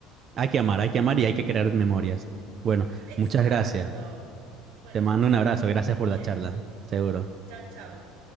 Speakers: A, on the right; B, on the right.
A: Hay que amar, hay
B: Bueno,
A: que amar y hay que crear memorias. Bueno,
B: exacto.
A: muchas gracias.
B: Bueno,
A: Te mando
B: escucha,
A: un abrazo,
B: Randy, que
A: gracias
B: estés
A: por
B: bien.
A: la charla, seguro.
B: Chau, chau.